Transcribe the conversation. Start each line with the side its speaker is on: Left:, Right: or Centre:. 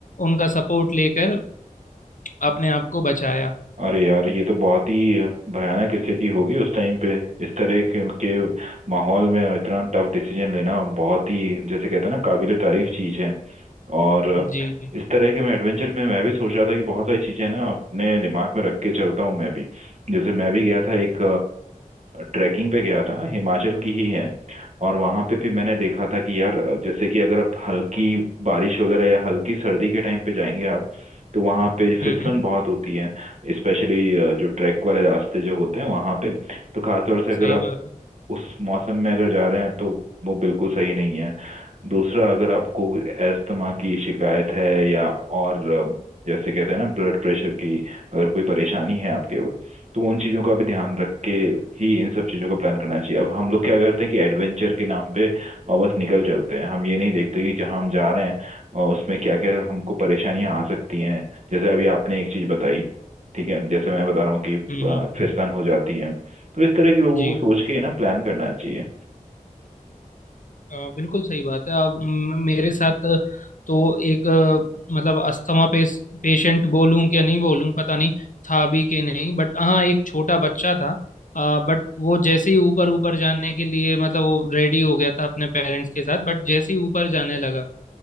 Left: उनका सपोर्ट लेकर अपने आप को बचाया
Right: अरे यार ये तो बहुत ही भयानक स्थिति होगी उस टाइम पे इस तरह के, के माहौल में इतना टफ डिसीजन लेना बहुत ही जैसे कहते हैं ना काबिले तारीफ चीज है और
Left: जी जी
Right: इस तरह के मैं एडवेंचर में मैं भी सोच रहा था कि बहुत सारी चीजें ना अपने दिमाग में रख के चलता हूँ मैं भी जैसे मैं भी गया था एक ट्रैकिंग पे गया था हिमाचल की ही है और वहां पे भी मैंने देखा था कि यार जैसे कि अगर आप हल्की बारिश वगैरह या हल्की सर्दी के टाइम पे जाएंगे आप तो वहां
Left: हम्म
Right: पे फिसलन
Left: हम्म
Right: बहुत होती है स्पेशली जो ट्रैक वाले रास्ते जो होते हैं वहां पे तो खासतौर से अगर
Left: सही बात है
Right: उस मौसम में अगर जा रहे हैं तो वो बिल्कुल सही नहीं है दूसरा अगर आपको अस्थमा की शिकायत है या और अ, जैसे कहते हैं ना ब्लड प्रेशर की अगर कोई परेशानी है आपके तो उन चीज़ों का भी ध्यान रख के ही इन सब चीज़ों का प्लान करना चाहिए अब हम लोग क्या करते हैं कि एडवेंचर के नाम पे और बस निकल चलते हैं हम ये नहीं देखते कि जहाँ हम जा रहे हैं और उसमें क्या क्या हमको परेशानियां आ सकती हैं जैसे अभी आपने एक चीज़ बताई ठीक है जैसे मैं बता रहा हूँ कि अ,
Left: हम्म हम्म
Right: फिसलन हो जाती है तो इस तरह के लोगों
Left: जी
Right: को सोच के ही ना प्लान करना चाहिए
Left: अ, बिल्कुल सही बात है अब म- मेरे साथ तो एक अ, मतलब अस्थमा पेश, पेशेंट बोलूं कि नहीं बोलूं पता नहीं था भी कि नहीं बट हाँ एक छोटा बच्चा था बट वो जैसे ही ऊपर ऊपर जाने के लिए मतलब वो रेडी हो गया था अपने पेरेंट्स के साथ बट जैसे ही ऊपर जाने लगा